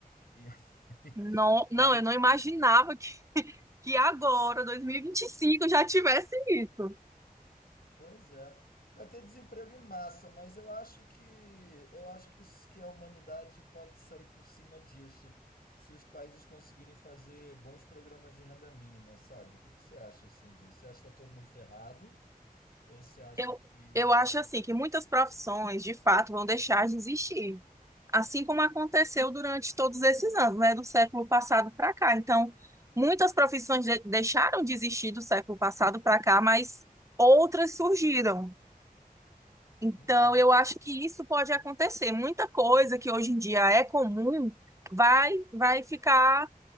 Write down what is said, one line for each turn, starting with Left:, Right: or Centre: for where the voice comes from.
Left: e <laughs>
Right: Não, não,
Left: Aí,
Right: eu não imaginava que agora, dois mil e e vinte e cinco já tivesse isso.
Left: Pois é. Vai ter desemprego em massa, mas eu acho que eu acho que, os- que a humanidade pode sair por cima disso, se os países conseguirem fazer bons programas de renda mínima, sabe? O que que você acha assim disso? Você acha que está todo mundo ferrado? Ou você acha
Right: Eu,
Left: que.
Right: eu acho assim que muitas profissões, de fato, vão deixar de existir, assim como aconteceu durante todos esses anos, né, do século passado para cá. Então, muitas profissões de- deixaram de existir do século passado para cá, mas outras surgiram. Então,
Left: Uhum.
Right: eu acho que isso pode acontecer. Muita coisa que hoje em dia é comum vai vai ficar